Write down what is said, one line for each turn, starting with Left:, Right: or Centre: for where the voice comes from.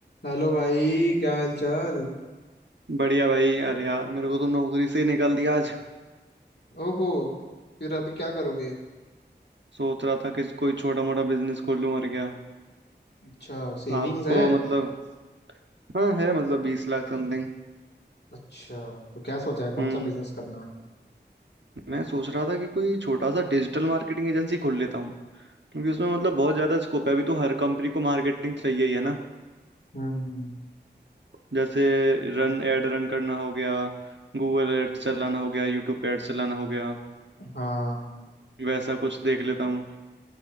Left: Hello भाई क्या हाल चाल
Right: बढ़िया भाई अरे यार मेरे को तो नौकरी से ही निकाल दिया आज
Left: ओहो फिर अभी क्या करोगे
Right: सोच रहा था कि कोई छोटा मोटा बिजनेस खोल लूं और क्या
Left: अच्छा सेविंग्स
Right: आपको
Left: है
Right: मतलब हाँ है मतलब बीस लाख समथिंग
Left: अच्छा तो क्या सोचा है
Right: हम्म
Left: कौन सा बिजनेस करना है
Right: मैं सोच रहा था कि कोई छोटा सा डिजिटल मार्केटिंग एजेंसी खोल लेता हूँ क्योंकि उसमें मतलब बहुत ज्यादा स्कोप है अभी तो हर कंपनी को मार्केटिंग चाहिए ही है ना
Left: हम्म
Right: जैसे रन एड रन करना हो गया गूगल एड्स चलाना हो गया यूट्यूब पे एड्स चलाना हो गया
Left: हाँ
Right: वैसा कुछ देख लेता हूँ